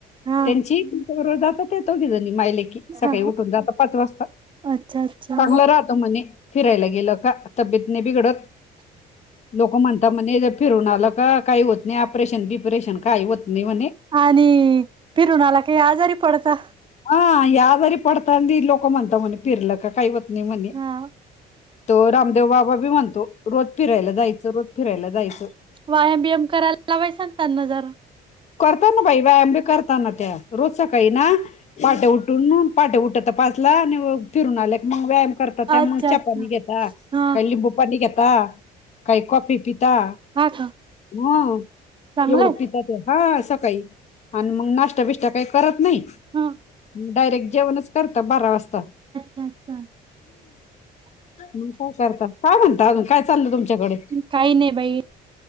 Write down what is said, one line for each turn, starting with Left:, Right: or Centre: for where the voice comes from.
Right: हा
Left: त्यांची तच्या बरोबर जातात येतोघी जणी मायले सकाळी
Right: हा
Left: उठून जाता पाच वाजता
Right: अच्छा अच्छा
Left: चांगलं राहतो म्हणे फिरायला गेलं का तब्येतने बिघडत लोक म्हणताात म्हण फिरून आलं का काही होत नाही ऑपरेशन बी े का होत नाही म्ह
Right: आणि फिरून आला काही आजारी पडता
Left: हा यादारी पडताी लोक म्हणत म्हणे फिरलं का काही होत नाही म्हणे
Right: हा
Left: तर रामदेव बाबा बी म्हणतो रोज फिरायला जायचं रोज फिरायला जायचं
Right: व्यायाम व्याएम करायला लावायचांगताना जरा
Left: करतना बाई व्यायाम बी करतना त्या रोज सकाळी ना पाट्या उठून ठ उठत त पासला फिरून आल्या मग व्यायाम करत त्यामु
Right: अच्छा
Left: च्या
Right: अच्छा
Left: पाणी घेता
Right: हा
Left: काही लिंबू पाणी घेता काही कॉपी पिता
Right: हा का
Left: ह
Right: चांगलंय
Left: एवढं पिता त्या काही म नाश बष्ट काही करत नाही
Right: हा
Left: डायरेक्ट जेवणच करत बारा वाजता
Right: अच्छा अच्छा
Left: म काय करतात काय म्हणता अून काय चालल तुमच्याकडे
Right: काही नाही बाई